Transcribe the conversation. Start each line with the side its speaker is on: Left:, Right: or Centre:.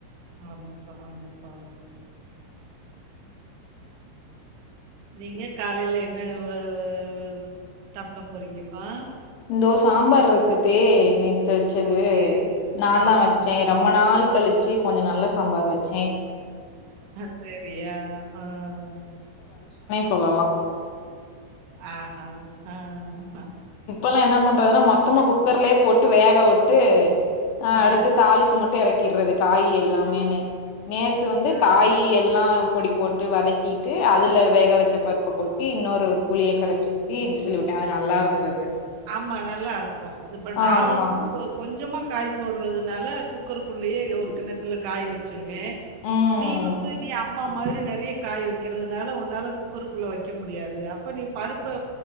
Right: ஆமாப்பா ஆமா ஓ நீங்க காலையில என்ன வ வ வ சாப்பிட போறீங்கப்பா
Left: இதோ சாம்பார் இருக்குதே நே நேத்து வச்சது
Right: ஓகே.
Left: நான்தா
Right: ஓகேப்பா.
Left: வச்சே ரொம்ப நாள் கழிச்சு கொஞ்ச நல்ல சாம்பார் வச்சே
Right: சேரியா ஆஹ்
Left: சொல்லலா
Right: ஆஹா ஆஹ் ஹ்
Left: <unintelligible> என்ன பண்றதுன்னா மொத்தமா குக்கர்லயே போட்டு வேக விட்டு ஆஹ்
Right: ஆ,
Left: அடுத்து தாளிச்சு மட்டு இறக்கி <unintelligible> காய் எல்லாமேன்னு நேத்து வந்து
Right: ஆ.
Left: காய் எல்லா பொடிப் போட்டு வதக்கிட்டு அதுல வேக வச்ச பருப்பை கொட்டி இன்னொரு புளிய கரைச்சி ஊத்தி விசில் விட்ட அது நல்லா இருந்தது
Right: ஆமா நல்லா இருக்கும் இப்ப நான்
Left: ஆமா
Right: வந்து சோ கொஞ்சமா காய் போடுறதுனால குக்கருக்குள்ளயே ஒரு கிண்ணத்துல காய் வச்சு <unintelligible>
Left: ம்
Right: நீ வந்து நீ அம்மா மாரி நறைய காய் வைக்கிறதுனால உன்னால குக்கருக்குள்ள வைக்க முடியாது அப்ப நீ பருப்ப